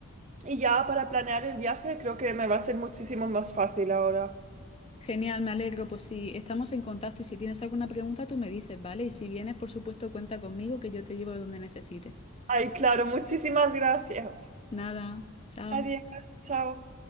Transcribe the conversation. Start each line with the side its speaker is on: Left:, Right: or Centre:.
Right: y ya para planear el viaje creo que me va a ser muchísimo más fácil ahora.
Left: genial, me alegro. Pues si estamos en contacto y si tienes alguna pregunta, tú me dices, ¿vale? Y si vienes, por supuesto, cuenta conmigo que yo te llevo donde necesites.
Right: Ay, claro, muchísimas gracias.
Left: Nada, chao.
Right: Adiós, chao.